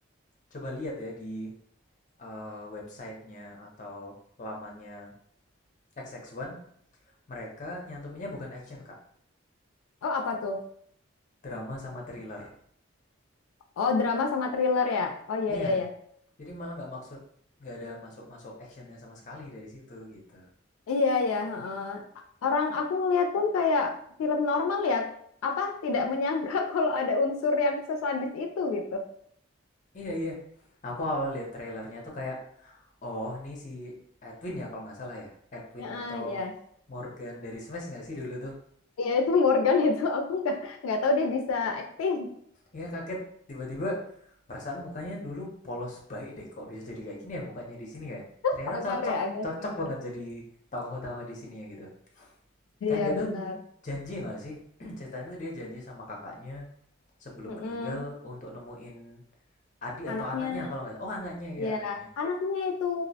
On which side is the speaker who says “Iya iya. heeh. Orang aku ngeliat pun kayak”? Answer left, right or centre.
Left